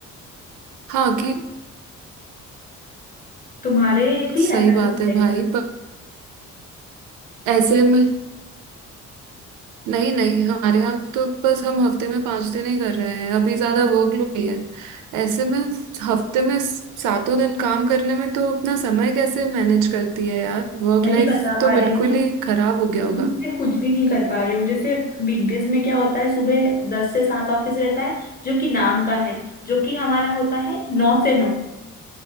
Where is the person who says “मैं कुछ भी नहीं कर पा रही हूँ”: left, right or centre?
Left